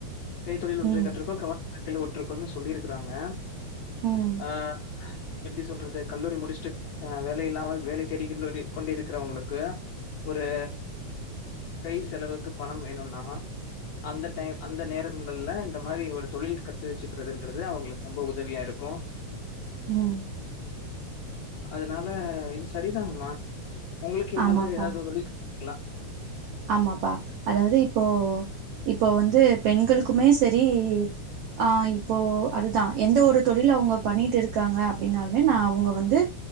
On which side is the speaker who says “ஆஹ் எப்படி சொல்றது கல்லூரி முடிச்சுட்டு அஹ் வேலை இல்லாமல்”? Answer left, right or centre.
Left